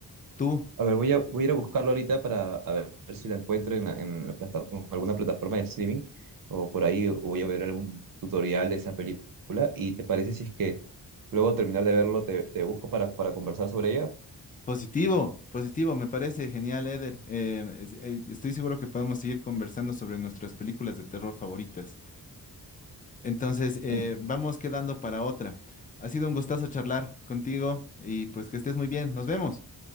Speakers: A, on the left; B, on the right.
A: Tú,
B: A ver, voy a, voy a ir a buscarlo ahorita para a ver, ver si la encuentro en, la- en la plata- en alguna plataforma de streaming o por ahí voy a ver algún tutorial de esa película. ¿Y te parece si es que luego de terminar de verlo te, te busco para, para conversar sobre ella?
A: positivo, positivo, me parece genial, Eder. Eh, es- eh, estoy seguro que podemos seguir conversando sobre nuestras películas de terror favoritas. Entonces, eh,
B: En-
A: vamos quedando para otra. Ha sido un gustazo charlar contigo y pues que estés muy bien. Nos vemos.